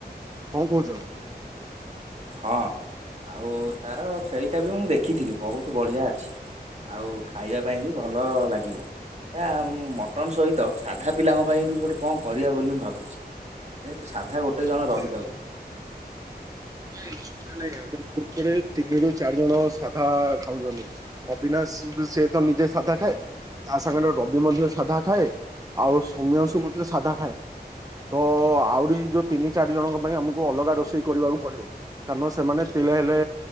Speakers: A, on the right; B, on the right.
A: କଣ କହୁଛ?
B: ହଁ ଆଉ ତାର ଛେଳିଟା ବି ମୁଁ ଦେଖିଥିଲି ବହୁତ ବଢିଆ ଅଛି ଆଉ ଖାଇବା ପାଇଁ ବି ଭଲ ଲାଗିବ ତା ମଟନ ସହିତ ସାଧା ପିଲାଙ୍କ ପାଇଁ ବି ଗୋଟେ କଣ କରିବା ବୋଲି ମୁଁ ଭାବୁଛି ଯେହେତୁ ସାଧା ସାଧା ଗୋଟେ ଜଣ
A: ଆରେ
B: ରହିଯାଉଛି।
A: ନ ଜଣେ ନାଇଁ ଆମରେ ତିନିରୁୁ ଚାରି ଜଣ ସାଧା ଖାଉଛନ୍ତି ଅବିନାଶ ସେତ ନିଜେ ସାଧା ଖାଏ ତା ସାଙ୍ଗରେ ରବି ମଧ୍ୟ ସାଧା ଖାଏ ଆଉ ସୋମ୍ୟଂଶୁ ମଧ୍ୟ ସାଧା ଖାଏ ତ ଆହୁରି ଯୋଉ ତିନି ଚାରି ଜଣଙ୍କ ପାଇଁ ଆମକୁ ଅଲଗା ରୋଷେଇ କରିବାକୁ ପଡ଼ିବ କାରଣ ସେମାନେ ତିଳେ ହେଲେ